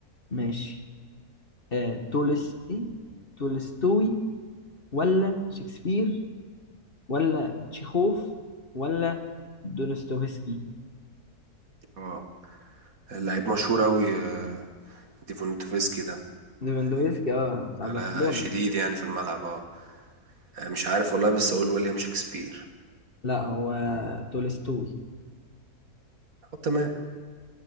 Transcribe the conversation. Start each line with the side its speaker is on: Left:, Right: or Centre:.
Left: ماشي آه، تولس ايه تولستوي ولا شكسبير ولا تشيخوف ولا دونستوفسكي
Right: اه لعيب مشهور اوي آه، ديفونتوفسكي ده
Left: ليفاندوفسكي
Right: يعني
Left: اه بتاع
Right: لا
Left: برشلونة
Right: لا شديد يعني في الملعب اه آه، مش عارف والله بس اقول ويليام شكسبير
Left: لا هو تولستوي
Right: طب تمام